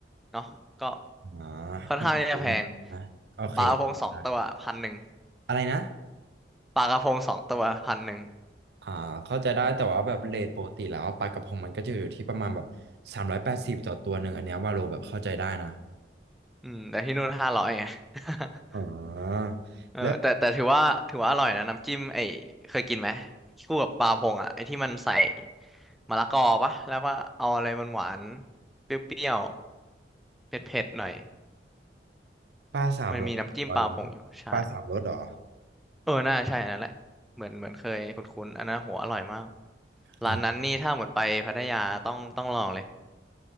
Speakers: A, in the centre; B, on the right.
A: เนาะก็
B: อ่า
A: ค่อนข้างที่จะแพง
B: อันนี้ผมนะโอเค
A: ปลากระพงสองตัวพันหนึ่ง
B: นะอะไรนะ
A: ปลากระพงสองตัวพันหนึ่ง
B: อ่าเข้าใจได้แต่ว่าแบบเรทปกติแล้วปลากระพงมันก็จะอยู่ที่ประมาณแบบสามร้อยแปดสิบต่อตัวหนึ่งอันเนี้ยวาโลแบบเข้าใจได้นะ
A: อืมแต่ที่นู่นห้าร้อยไง <laughs>
B: อ๋อ
A: เออแต่แต่ถือว่าถือว่าอร่อยนะน้ำจิ้มไอ้เคยกินไหม
B: แล้ว
A: คู่กับปลาพงอ่ะไอ้ที่มันใส่มะละกอปะแล้วว่าเอาอะไรหวานหวานเปรี้ยวๆเผ็ดๆหน่อย
B: ปลาสามรสเหรอวาโล
A: มันมีน้ำจิ้มปลาพงอยู่ใช่
B: ปลาสามรสเหรอ
A: เออน่าใช่อันนั้นแหละเหมือนเหมือนเคยคุ้นๆอันนั้นโหอร่อยมากร้านนั้นนี่ถ้าหมดไปพัทยาต้องต้องลองเลย
B: อ่า